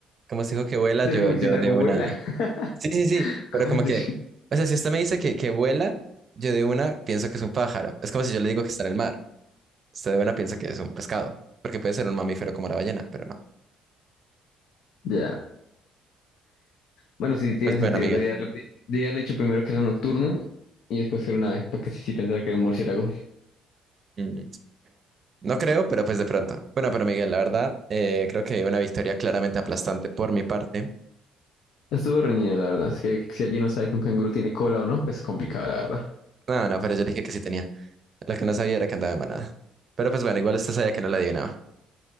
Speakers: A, on the right; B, on the left.
A: como usted dijo que
B: <laughs>
A: vuela,
B: El
A: yo,
B: murciélago
A: yo de una...
B: vuela. <laughs>
A: Sí, sí, sí, pero
B: ¿Cómo
A: como que,
B: así?
A: o sea, si usted me dice que, que vuela, yo de una pienso que es un pájaro. Es como si yo le digo que está en el mar, usted de una piensa que es un pescado, porque puede ser un mamífero como la ballena, pero no.
B: Ya. Bueno, sí, sí tiene
A: Pues bueno,
B: sentido.
A: Miguel.
B: Debe haberle, debí haberle dicho primero que era nocturno y después que era un ave, para que sí, sí pensaba que era un murciélago.
A: mm, No creo, pero pues de pronto. Bueno, pero Miguel, la verdad, eh, creo que una victoria claramente aplastante por mi parte.
B: Estuvo reñido, la verdad. Es que si alguien no sabe que un canguro tiene cola o no, pues complicado, la verdad.
A: No, no, pero yo le dije que sí tenía. Lo que no sabía era que andaba de manada. Pero pues bueno, igual usted sabía que no la adivinaba.